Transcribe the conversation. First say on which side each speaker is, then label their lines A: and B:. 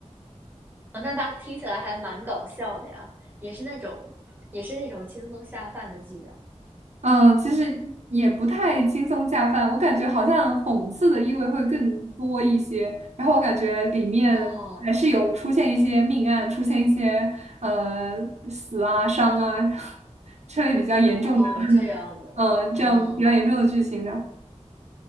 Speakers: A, on the right; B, on the right.
A: 哦那它听起来还蛮搞笑的呀，也是那种，也是那种轻松下饭的剧啊。
B: 嗯，其实也不太轻松下饭，我感觉好像讽刺的意味会更多一些。然后我感觉里面还是有出现一些命案，
A: 哦，
B: 出现一些呃死啊、伤啊 <laughs> 这类比较严重的，
A: 哦，这样的，
B: 嗯，
A: 哦，
B: 这样比较严重的剧情的。